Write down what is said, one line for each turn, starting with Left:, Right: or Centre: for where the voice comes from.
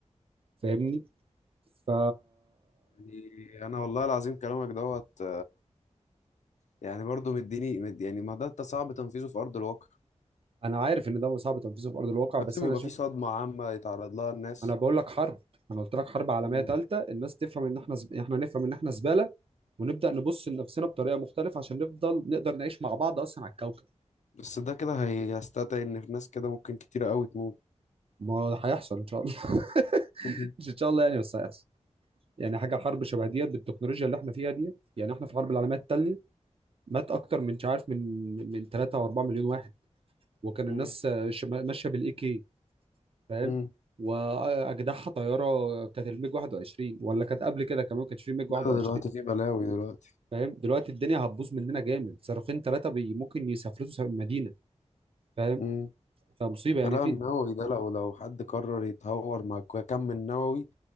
Right: فاهمني ف
Left: يعني انا والله العظيم كلامك دوت يعني برضه مديني مد يعني ما ده انت صعب تنفيذه في ارض الواقع
Right: انا عارف ان ده صعب تنفيذه في ارض الواقع بس
Left: لازم
Right: انا
Left: يبقى
Right: شايف
Left: في صدمه عامه يتعرض لها الناس
Right: انا بقول لك حرب انا قلت لك حرب عالميه
Left: مم.
Right: ثالثه الناس تفهم ان احنا زب... احنا نفهم ان احنا زباله ونبدا نبص لنفسنا بطريقه مختلفه عشان نفضل نقدر نعيش مع بعض اصلا على الكوكب
Left: بس ده كده هيستدعي ان في ناس كده ممكن كتيره قوي تموت
Right: ما هو هيحصل ان شاء الله <laughs>
Left: مهم.
Right: مش ان شاء الله يعني بس هيحصل يعني حاجه حرب شبه ديت بالتكنولوجيا اللي احنا فيها ديت يعني احنا في الحرب العالميه الثانيه مات اكتر من مش عارف من من 3 او 4 مليون واحد وكان
Left: مم.
Right: الناس
Left: مم.
Right: آه، ش- ماشيه بالاي كي فاهم
Left: امم
Right: واجدعها طياره كانت الميج 21 ولا كانت قبل كده كمان ما كانش في ميج
Left: لا
Right: 21
Left: ده دلوقتي في بلاوي دلوقتي
Right: فاهم دلوقتي الدنيا هتبوظ مننا جامد صاروخين ثلاثه بي ممكن يسافرتوا سا- مدينه فاهم
Left: امم
Right: فمصيبه يعني
Left: الغلاء
Right: في
Left: النووي ده لو لو حد قرر يتهور مع الك- كم النووي